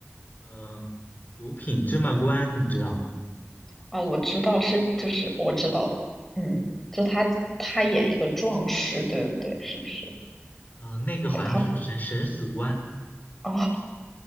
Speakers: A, on the left; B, in the centre.
A: 嗯、呃九品芝麻官，你知道吗？
B: 哦，我知道是，就是我知道，嗯，就他他演一个壮士，对不对？是不是？
A: 嗯，那个好像是审审死官。
B: 还是他不？哦